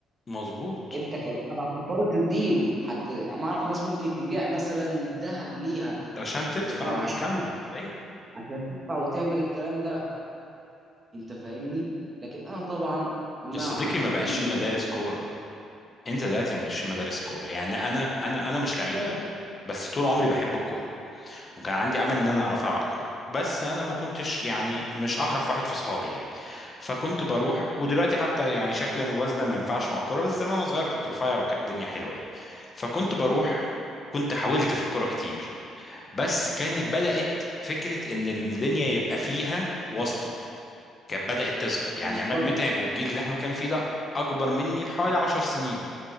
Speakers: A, on the left (about 35°); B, on the right (about 30°).
A: مظبوط
B: انت كلاعب هتضطر تديله حتى ما اعرف ناس ممكن تبيع مثلا ذهب ليها
A: عشان تدفع
B: انت فاهم
A: وتكمل
B: عشان
A: ايوه
B: عشان تدفع وتعمل الكلام ده انت فاهمني لكن انا طبعا مع
A: يا صديقي ما بقاش
B: ان
A: في مدارس كوره انت دلوقتي مش مدارس كوره يعني انا انا انا مش لعيب
B: بالظبط
A: قوي بس طول عمري بحب الكوره وكان عندي امل ان انا اعرف العب كوره بس انا ما كنتش يعني مش احرف واحد في اصحابي يعني فكنت بروح ودلوقتي حتى يعني شكلا ووزنا ما ينفعش مع الكوره بس زمان وانا صغير كنت رفيع وكانت الدنيا حلوه يعني فكنت بروح كنت حاولت في الكوره كتير بس كانت بدات فكره ان الدنيا يبقى فيها واسطه كانت بدات تظهر يعني
B: بالظبط
A: عماد متعب والجيل اللي احنا كان فيه ده اكبر مني بحوالي 10 سنين